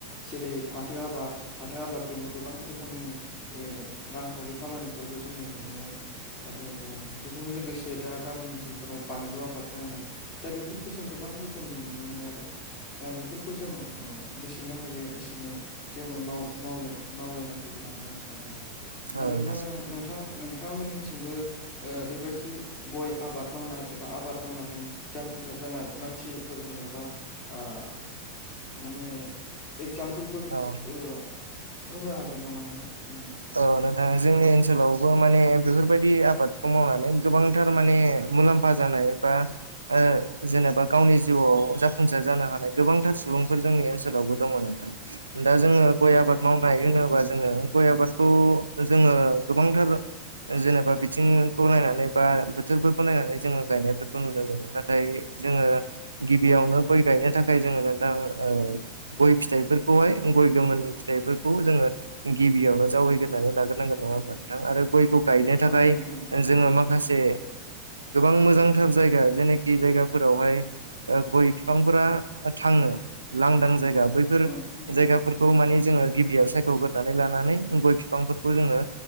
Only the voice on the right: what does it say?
औ नोंथां
औ
औ नोंथां जोंनि ओनसोलावबो माने बेफोरबायदि आबादखौ मावनानै गोबांथार माने मुलाम्फा। फा जानाय बा ओ जेनेबा गावनि जिउआव जाफुंसार जानो हानाय गोबांथार सुबुंफोर जोंनि ओनसोलावबो दंङ नोंथां दा जोङो गय
आबाद
मावनाय होनोबा जोङो गय आबाद खौ जोंङो गोबांथार जेनेबा बिथिंखौ नायनानै बा बोथोरफोरखौ नायनानै जोङो गायनायफोरखौ नुनो मोनो नाथाय जोंङो गिबियावनो
गय गायनो थाखाय जोङो नोंथां ओ गय
फिथाइफोरखौहाय गय गोमोन फिथाइफोरखौ जोङो गिबियावनो जावैग्रोनानै लाग्रोनांगोन नङा होमब्ला नोंथां आरो गयखौ गायनो थाखाय
जोङो माखासे गोबां मोजांथार जायगा जेनाखि जायगाफोरावहाय ओ गय बिफांफोरा थाङो लांदां जायगा बै बैफोर
जायगाफोरखौ
माने जोङो गिबियाव सायख'ग्रोनानै लानानै गय बिफांफोरखौ जोङो